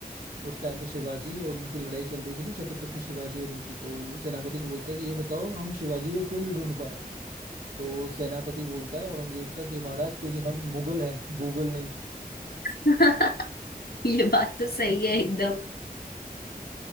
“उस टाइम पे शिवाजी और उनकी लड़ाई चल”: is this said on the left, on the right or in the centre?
Right